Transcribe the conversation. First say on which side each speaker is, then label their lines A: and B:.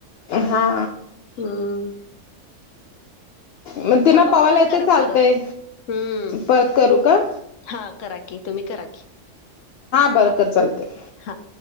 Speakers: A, on the left; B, on the left.
A: हा.
B: हम्म.
A: मग तिनं
B: थांबा
A: पवायला
B: फोन
A: येते
B: करा
A: चालतंय
B: परत हम्म.
A: परत करू
B: <inaudible>
A: का
B: हा करा की. तुम्ही करा की
A: बरं
B: हा.
A: कर चालतंय
B: हा